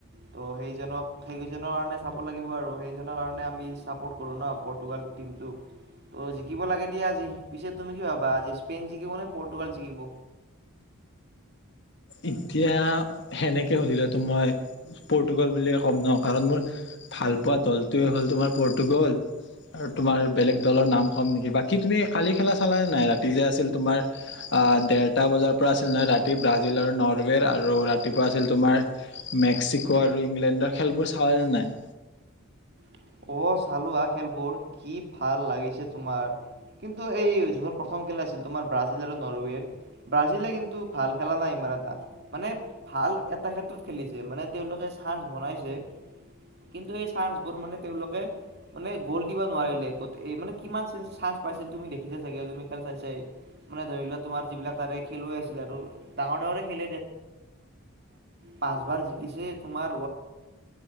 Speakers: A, on the right; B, on the left.
A: ত, সেইজনক সেইকেইজনৰ কাৰণে চাব লাগিব আৰু সেইজনৰ কাৰণে আমি ছাপৰ্ট কৰোঁ ন পৰ্টুগাল টীমটোক ত' জিকিব লাগে দিয়া আজি পিছে তুমি কি ভাবা আজি স্পেইন জিকিব নে, পৰ্তুগাল জিকিব
B: এতিয়া সেনেকৈ সুধিলেতো মই পৰ্টুগাল বুলিয়ে ক'ম নওঁ কাৰণ মোৰ ভালপোৱা দলটোৱে হ'ল তোমাৰ পৰ্তুগল আৰু তোমাৰ বেলেগ দলৰ নাম কম নেকি, বা কি তুমি খালি খেলা চালাে নাই ৰাতি যে আছিল তোমাৰ অ', দেৰটা বজাৰ পৰা আছিল নে ৰাতি ব্ৰাজিল আৰু নৰ্থ আৰু ৰাতিপুৱা আছিল তোমাৰ মেক্সিকো আৰু ইংলেণ্ডৰ খেলবোৰ চাল নে নাই হয়।
A: অ', চালো আহ খেলবোৰ কি ভাল লাগিছে তোমাৰ কিন্তু, এই যিখন প্ৰথম খেল আছিল তোমাৰ ব্ৰাজিল আৰু নৰৱেৰ ব্ৰাজিলে কিন্তু ভাল খেলা নাই ইমান এটা মানে, ভাল এটা ক্ষেত্ৰত খেলিছে মানে তেওঁলোকে চান বনাইছে কিন্তু সেই চান বোৰ মানে তেওঁলোকে মানে গ'ল দিব নোৱাৰিলে, মানে কিমান চান্স পাইছিল তুমি দেখিছা চাগে তুমি খেল মানে ধৰি লোৱা তোমাৰ যিবিলাক তাৰে খেলুৱৈ আছিলে আৰু ডাঙৰ ডাঙৰে খেল পাচবাৰ জিকিছে তোমাৰ